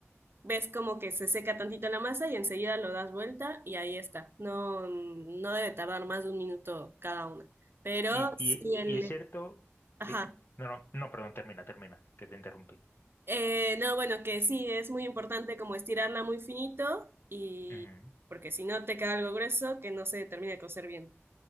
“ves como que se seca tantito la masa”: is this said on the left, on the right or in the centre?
Right